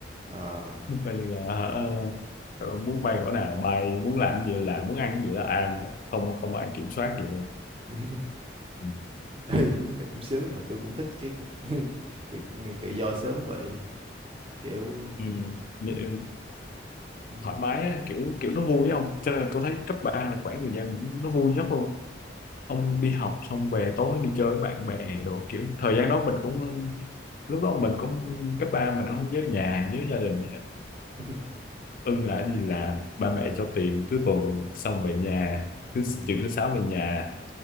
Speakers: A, on the right; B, on the left.
A: ờ
B: coi như là ờ, ờ, muốn bay cỡ nào bay muốn làm gì là làm muốn ăn gì là ăn không không ai kiểm soát gì luôn
A: <laughs>
B: ừ.
A: thì tính là cũng sướng mà tôi cũng thích cái cuộc <laughs> được tự do sớm vậy kiểu
B: Ừ. Vậy,
A: ừ,
B: thoải mái á, kiểu kiểu nó vui không cho nên là tôi thấy cấp 3 là khoảng thời gian mình- nó vui nhất luôn ông đi học xong về tối đi chơi với bạn bè đồ kiểu thời gian đó mình cũng lúc đó mình cũng cấp ba mình không nhớ nhà nhớ gia đình
A: <laughs>
B: ưng
A: ừ,
B: là đi là ba mẹ cho tiền cứ tuần xong về nhà thứ
A: ừ,
B: chiều thứ sáu về nhà